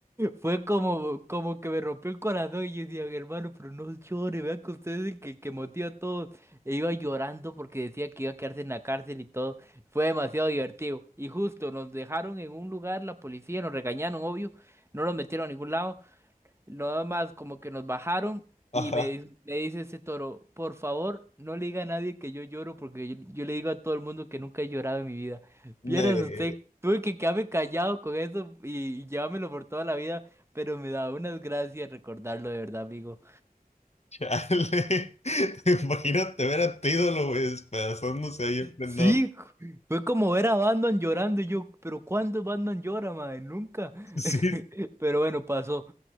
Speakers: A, on the right; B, on the left.
A: fue como, como que me rompió el corazón y yo decía, hermano, pero no llore, vea que usted es el que, que motiva a todos. E iba llorando porque decía que iba a quedarse en la cárcel y todo. Fue demasiado divertido. Y justo nos dejaron en un lugar, la policía nos regañaron, obvio, no nos metieron a ningún lado. Nada más como que nos bajaron
B: Ajá.
A: y me, di- me dice ese toro, por favor, no le diga a nadie que yo lloro porque yo, yo le digo a todo el mundo que nunca he llorado en mi vida.
B: De.
A: Vieras usted, tuve que quedarme callado con eso y, y llevármelo por toda la vida, pero me da unas gracias recordarlo de verdad, amigo.
B: Chale. <laughs> Imagínate ver a tu ídolo, güey, despedazándose ahí. en pleno-
A: Sí, fue como ver a Batman llorando y yo, pero ¿cuándo Batman llora, madre? Nunca.
B: Sí,
A: <laughs> Pero bueno, pasó.